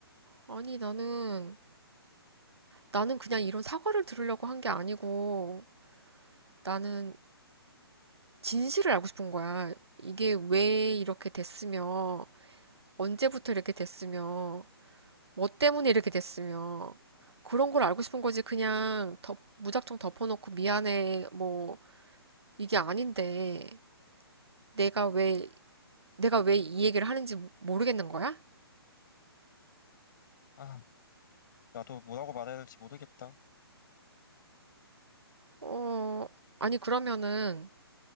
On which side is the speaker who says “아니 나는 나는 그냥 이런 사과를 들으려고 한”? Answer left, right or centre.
Right